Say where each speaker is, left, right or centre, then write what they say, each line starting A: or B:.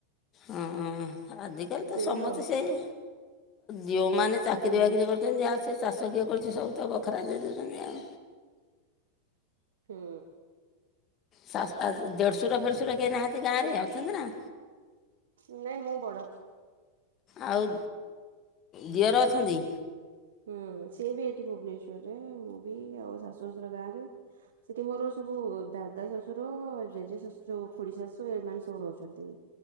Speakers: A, on the left; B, on the right.
A: ହଁ ଆଜିକାଲି ତ
B: ଦେଇ
A: ସମସ୍ତେ
B: ଆଉ
A: ସେଇ। ଯିଉଁମାନେ ଚାକିରି
B: ହୁଁ
A: ବାକିରି କରୁଛନ୍ତି ଆଉ ସେ ଚାଷ କିଏ କରୁଛି ସବୁ ତ ବଖରା ଦେଇ ଦେଉଛନ୍ତି ଆଉ।
B: ହୁଁ।
A: ସା ଦେଢଶୁର ଫେଢଶୁରା କେଇନାହାନ୍ତି ଗାଁରେ ଆଉ ଛନ୍ତି ନା।
B: ନାଇଁ ମୁଁ ବଡ।
A: ଆଉ ଦିଅର ଅଛନ୍ତି।
B: ହୁଁ ସିଏ ବି ଏଠି ଭୁବନେଶ୍ଵରରେ ମୁଁ ବି ଆଉ ଶାଶୁ ଶ୍ୱଶୁର ଗାଁ ରେ। ସେଠି ମୋର ସବୁ ଦାଦା ଶାଶୁର ଜେଜେ ଶାଶୁର ଯୋଉ ଖୁଡି ଶାଶୁ ଏମାନେ ସବୁ ରହୁଛନ୍ତି।